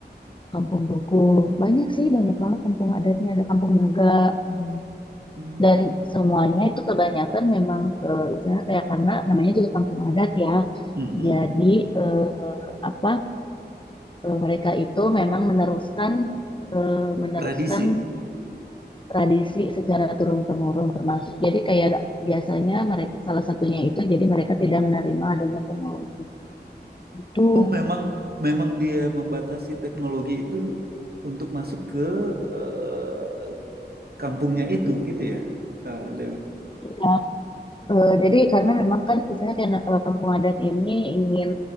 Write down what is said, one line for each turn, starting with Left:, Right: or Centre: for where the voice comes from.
Left: kampung buku. Banyak sih, banyak banget kampung adatnya. Ada kampung naga. hmm.
Right: Hmm,
Left: Dan semuanya itu kebanyakan memang eh, istilahnya kayak karena namanya juga kampung adat ya.
Right: mhm.
Left: Jadi eh, apa eh, mereka itu memang meneruskan eh, meneruskan
Right: Tradisi.
Left: tradisi secara turun temurun termasuk. Jadi kayak biasanya mereka salah satunya itu jadi mereka tidak menerima adanya teknologi itu.
Right: Oh, memang memang dia membatasi teknologi itu untuk masuk ke eh, kampungnya itu gitu ya, Kak Dewi.
Left: Ya, Eh, jadi karena memang kan istilahnya kayak, eh, kampung adat ini ingin